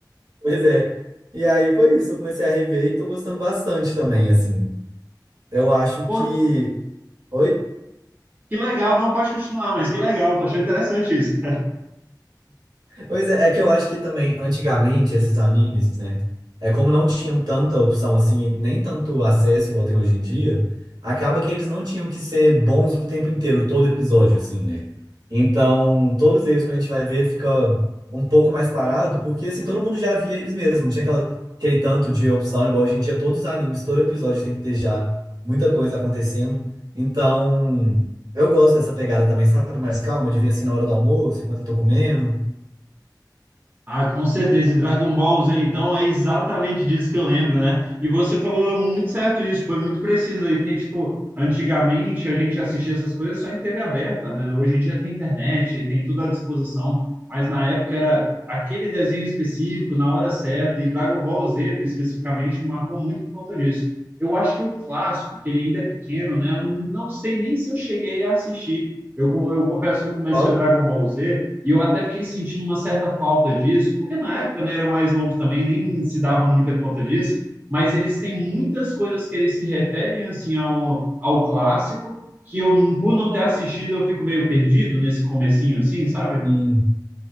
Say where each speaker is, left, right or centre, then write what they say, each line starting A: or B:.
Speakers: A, on the right; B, on the right.
A: pois é. E aí foi isso, eu comecei a rever e tô gostando bastante também, assim. Eu acho
B: Pô,
A: que. Oi?
B: que legal, não pode continuar, mas que legal, tô achando interessante isso.
A: Pois é, é que eu acho que também, antigamente, esses animes, né? É como não tinham tanta opção assim, nem tanto acesso igual tem hoje em dia, acaba que eles não tinham que ser bons o tempo inteiro, todo episódio, assim, né? Então, todos eles, quando a gente vai ver, fica um pouco mais parado, porque assim, todo mundo já via eles mesmos, não tinha aquela, aquele tanto de opção, igual hoje em dia, todos os animes, todo episódio tem que ter já muita coisa acontecendo. Então, eu gosto dessa pegada também, sabe? Mais calma, de ver assim na hora do almoço, enquanto eu tô comendo.
B: Ah, com certeza. E Dragon Ball Z, então, é exatamente disso que eu lembro, né? E você falou muito certo isso, foi muito preciso aí, porque, tipo, antigamente a gente assistia essas coisas só em TV aberta, né? Hoje em dia tem internet, tem tudo à disposição, mas na época era aquele desenho específico, na hora certa, e Dragon Ball Z, especificamente, me marcou muito por conta disso. Eu acho que o clássico, que ele ainda é pequeno, né? Eu não sei nem se eu cheguei a assistir. Eu, como- eu confesso que eu comecei
A: Qual?
B: o Dragon Ball Z e eu até fiquei sentindo uma certa falta disso, porque na época né, era mais novo também, nem se dava muita conta disso, mas eles têm muitas coisas que eles se referem assim ao, ao clássico, que eu, por não ter assistido, eu fico meio perdido nesse comecinho, assim, sabe?
A: Sim.